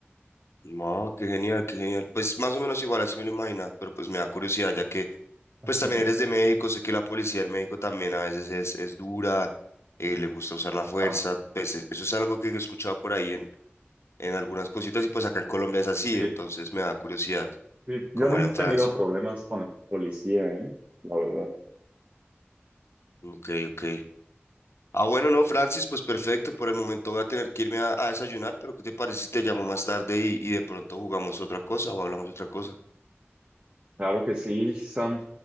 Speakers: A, on the left (about 75°); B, on the right (about 35°).
A: No, qué genial, qué genial. Pues más o menos igual así me lo imaginaba, pero pues me da curiosidad, ya que
B: <laughs>
A: pues también eres de México, sé que la policía en México también a veces es, es dura, eh, le gusta usar la fuerza,
B: Ah,
A: pues es- eso es algo que he escuchado por ahí en, en algunas cositas y pues acá en Colombia es así,
B: sí,
A: entonces me da curiosidad
B: sí.
A: cómo
B: Yo nunca
A: era en
B: he
A: Francia.
B: tenido problemas con la policía, ¿eh? La verdad.
A: Ok, ok. Ah, bueno, no, Francis, pues perfecto, por el momento voy a tener que irme a, a desayunar, pero ¿qué te parece si te llamo más tarde y, y de pronto jugamos otra cosa o hablamos de otra cosa?
B: Claro que sí, Sam.